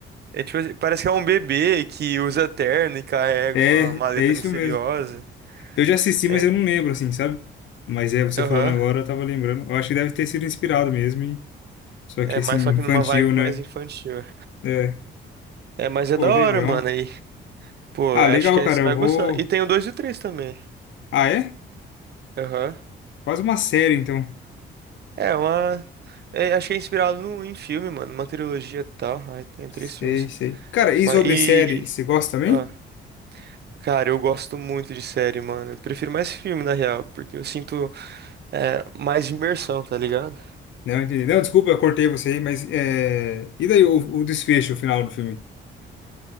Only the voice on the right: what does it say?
É tipo assim, parece que é um bebê que usa terno e carrega
uma maleta
misteriosa.
É.
Aham.
É,
mas só
que numa vibe
mais infantil.
É, mas é
da
hora, mano. Aí, pô,
acho
que aí
você
vai
gostar. E tem o 2 e o 3 também.
Aham.
É, uma. É, acho que é inspirado no, em filme, mano. Uma trilogia e tal. Aí tem
três filmes.
Mas
e.
Ah, cara, eu gosto muito de série, mano. Eu prefiro mais filme, na real, porque eu sinto é, mais imersão, tá ligado?